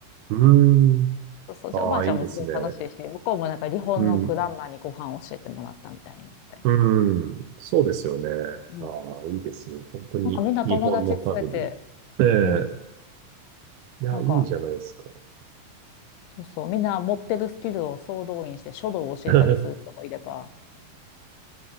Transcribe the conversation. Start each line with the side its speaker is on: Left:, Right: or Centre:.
Right: うーん。
Left: そうそう、
Right: ああ、
Left: じゃあおばあちゃんもすごい楽しいし、
Right: いいですね。
Left: 向こうもなんか日本のグランマにご飯を教えてもらったみたいになって。
Right: うん。うん。そうですよね。
Left: うん
Right: ああ、いいですね。本当に日本のファミリ
Left: なんかみんな友達連れて、
Right: ー。え
Left: うん。
Right: え。いや、
Left: なんか、
Right: いいんじゃないですか。
Left: そうそう、みんな持ってるスキルを総動員して書道を教えたりする人もいれば、
Right: <laughs>